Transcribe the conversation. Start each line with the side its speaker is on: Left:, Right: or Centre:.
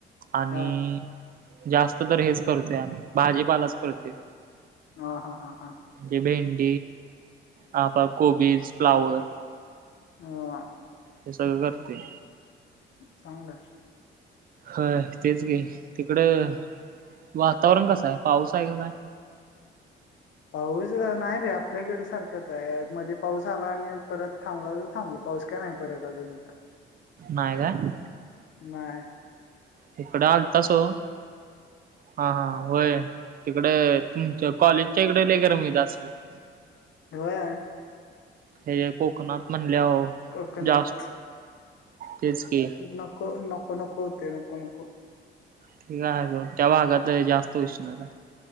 Right: आणि
Left: हा
Right: जास्त. तर हेच करतोय आम्ही भाजीपालाच करतोय
Left: हा हा हा हा
Right: ते भेंडी. हेआ कोबीज फ्लावर.
Left: हा.
Right: हे सगळं करतोय.
Left: चांगलयं.
Right: ह तेच की तिकडं. वातावरण कसं आहे पाऊस आहे का काय.
Left: पाऊस नाही रे आपल्याकडे सारखाच आहे मध्ये पाऊस आला आणि परत थांबला तर थांबलं. पाऊस का नाही परत आता.
Right: नाहीय कायं.
Left: नाहीय.
Right: तिकडे आल तसो हा हा होय तिकडे अ. तुमच्या कॉलेजच्या इकडे लय गरम होतं असेल की
Left: होयं.
Right: हे कोकणात म्हणल्यावर
Left: कोकणात
Right: जास्त तेच की
Left: नको नको नको होते नको नको.
Right: ठीक आहे त्या भागात जास्त उष्णता.